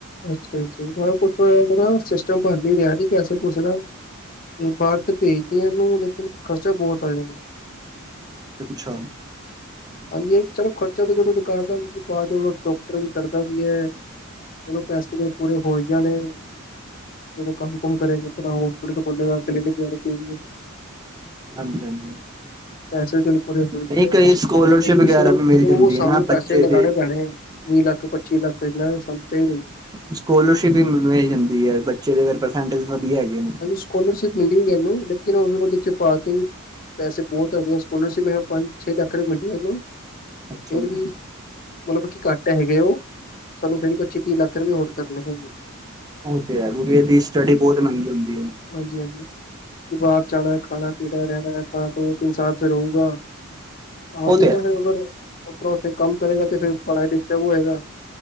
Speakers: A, on the left; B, on the right.
A: ਅੱਛਾ- ਅੱਛਾ ਹੋਰ ਕੁੱਛ ਹੋਇਆ ਸਿਸਟਮ ਬਣ ਨੀਂ ਰਿਹਾ ਪੈਸੇ -ਪੂਸੇ ਦਾ ਇਹ ਬਾਹਰ ਤੇ ਭੇਜਦੇ ਇਹਨੂੰ ਲੇਕਿਨ ਖਰਚਾ ਬਹੁਤ ਆ ਜਾਣਾ।
B: ਅੱਛਾ।
A: ਹਾਂਜੀ ਇਹ ਚਲੋ ਖਰਚਾ ਤਾਂ ਜਦੋਂ ਦੁਕਾਨਦਾਰ ਵੀ ਤੁ ਪਾ ਜਾਓ ਡਾਕਟਰ ਵੀ ਕਰਦਾ ਵੀ ਹੈ‌। ਚਲੋ ਪੈਸੇ ਤੇ ਜਦੋਂ ਪੂਰੇ ਹੋਈ ਜਾਣੇ ਐ। ਜਦੋਂ ਕੰਮ- ਕੁਮ ਕਰੇਗਾ ਆਪਣਾ ਹੋਸਪੀਟਲ ਖੋਲੇਗਾ ਕਲੀਨਿਕ ਵਗੈਰਾ <unintelligible> ਹੈ।
B: ਹਾਂਜੀ
A: <inaudible>
B: ਹਾਂਜੀ
A: ਪੈਸੇ ਚਲ ਪੂਰੇ ਹੋ ਜਾਣੇ।
B: ਨਹੀਂ ਕਈ ਸਕੋਲਰਸ਼ਿਪ ਵਗੈਰਾ
A: ਸ਼ੁਰੂ
B: ਵੀ ਮਿਲ
A: ਤੋਂ
B: ਜਾਂਦੀ
A: ਸਾਨੂੰ
B: ਹੈ ਨਾ
A: ਪੈਸੇ
B: ਬੱਚੇ
A: ਲਗਾਉਣੇ
B: ਦੇ
A: ਪੈਣੇ ਹੈ ਵੀਹ ਲੱਖ -ਪੱਚੀ ਲੱਖ ਇਹਨਾ ਸਾਨੂੰ ਚਾਹੀਦਾ।
B: ਸਕਾਲਰਸ਼ਿੱਪ ਵੀ ਮਿਲ ਜਾਂਦੀ ਹੈ ਬੱਚੇ ਦੇ ਅਗਰ ਪ੍ਰਸੈਂਟੇਜ ਵਧੀਆ ਹੈਗੇ ਨੇ।
A: ਹਾਂਜੀ ਸਕੋਲਰਸ਼ਿਪ ਮਿਲੀ ਇਹਨੂੰ ਲੇਕਿਨ ਉਹਦੇ ਚ ਪਾ ਕੇ ਪੈਸੇ ਬਹੁਤ ਹੈਗੇ ਆ ਸਕੋਲਰਸ਼ਿਪ ਪੰਜ-ਛੇ ਲੱਖ ਰੁਪਏ ਮਿਲਦੀ ਇਹੂੰ
B: ਅੱਛਾ
A: ਫਿਰ
B: ਜੀ
A: ਵੀ ਮਤਲਬ ਬਾ ਘੱਟ ਹੈਗੇ ਆ ਉਹ ਸਾਨੂੰ ਕਹਿੰਦੇ ਪੱਚੀ-ਤੀਹ ਲੱਖ ਰੁਪਏ ਹੋਰ ਕਰਨੇ ਹੈਗੇ।
B: ਉਹ ਤੇ ਹੈ ਗੁਡੀਆਂ ਦੀ ਸਟੱਡੀ ਬਹੁਤ ਮਹਿੰਗੀ ਹੁੰਦੀ ਐ।
A: ਹਾਂਜੀ-ਹਾਂਜੀ ਤੇ ਬਾਹਰ ਜਾਣਾ ਖਾਣਾ- ਪੀਣਾ ਰਹਿਣਾ ਤਾਂ ਦੋ-ਤਿੰਨ ਸਾਲ ਇੱਥੇ ਰੂਗਾ ਆ ਵੀ
B: ਤੇ
A: ਉਹਦਾ
B: ਹੈ
A: ਫੇਰ ਉਹ ਕਰੋ ਆਪਣੇ ਉੱਥੇ ਕੰਮ ਕਰੇਗਾ ਤੇ ਫਿਰ ਪੜ੍ਹਾਈ ਡਿਸਟਰਬ ਹੋਏਗਾ।